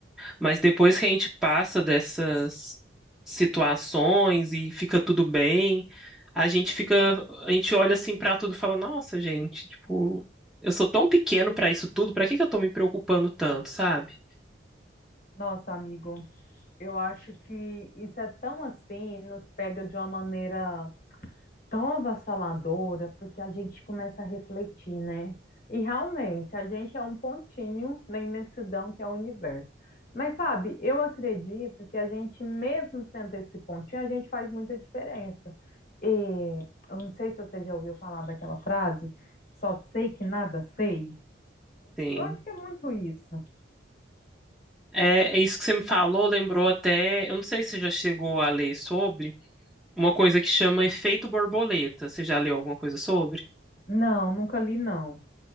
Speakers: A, in the centre; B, on the left.
A: Mas depois que a gente passa dessas situações e fica tudo bem, a gente fica, a gente olha assim pra tudo e fala, nossa, gente, tipo, eu sou tão pequeno pra isso tudo, pra que que eu tô me preocupando tanto, sabe?
B: Nossa, amigo, eu acho que isso é tão assim, nos pega de uma maneira tão avassaladora, porque a gente começa a refletir, né? E realmente, a gente é um pontinho na imensidão que é o universo. Mas sabe, eu acredito que a gente, mesmo sendo esse pontinho, a gente faz muita diferença. E eu não sei se você já ouviu falar daquela frase, só sei que nada sei.
A: Sim.
B: Eu acho que é muito isso.
A: É, é isso que você me falou, lembrou até, eu não sei se você já chegou a ler sobre uma coisa que chama efeito borboleta. Você já leu alguma coisa sobre?
B: Não, nunca li, não.